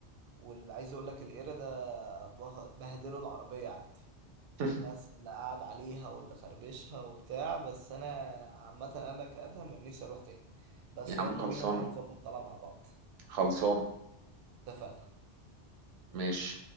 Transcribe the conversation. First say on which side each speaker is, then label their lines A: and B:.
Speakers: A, on the right; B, on the right.
A: واللي عايز اقول لك القرد ده بهدله العربية عندي
B: <laughs>
A: بس اللي قعد عليها واللي خربشها وبتاع بس انا عامة انا كأدهم إن نفسي اروح تاني بس
B: يا
A: يلا
B: عم خلصان
A: بينا تعالى نظبط طلعة مع بعض
B: خلصان
A: اتفقنا
B: ماشي